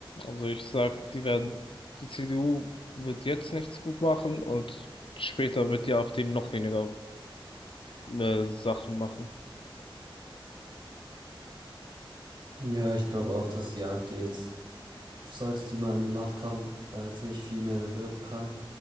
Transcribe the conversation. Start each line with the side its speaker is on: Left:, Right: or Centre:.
Left: Also ich sag, die werden, die CDU wird jetzt nichts gut machen und später wird die AfD noch weniger äh, Sachen machen.
Right: Ja, ich glaube auch, dass die AfD jetzt, sollte die mal an die Macht kommen, da jetzt nicht viel mehr bewirken kann.